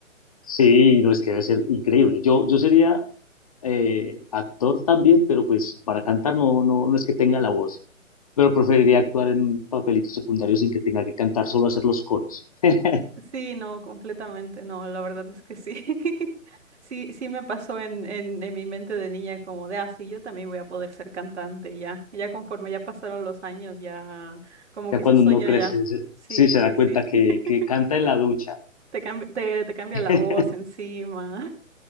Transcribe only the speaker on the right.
Sí, no, completamente, no, la verdad es que sí. <laughs> Sí, sí me pasó en, en, en mi mente de niña como de, ah, sí, yo también voy a poder ser cantante y ya, ya conforme ya pasaron los años, ya como
que
ese sueño
ya,
sí,
sí,
sí,
<laughs>
te cambia, te, te cambia
la voz encima.